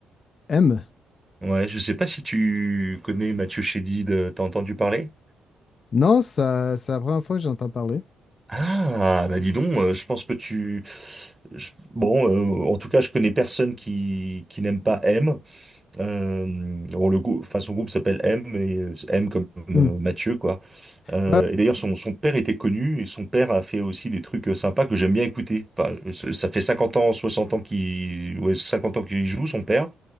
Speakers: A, on the left; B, on the right.
A: M.
B: Ouais, je sais pas si tu connais Mathieu Chédid. euh, T'as entendu parler?
A: Non, ça, c'est la première fois que j'entends parler.
B: Ah, bah dis donc, euh, je pense que tu... je- Bon, euh, en tout cas, je connais personne qui, qui n'aime pas M. Euh, bon, le groupe, enfin, son groupe s'appelle M, et euh, M comme euh,
A: Hmm.
B: Mathieu, quoi. Euh,
A: Ouais,
B: et d'ailleurs, son, son père était connu, et son père a fait aussi des trucs euh, sympas que j'aime bien écouter. Enfin, ça ça fait 50 ans, 60 ans qu'il, ouais, 50 ans qu'il joue, son père.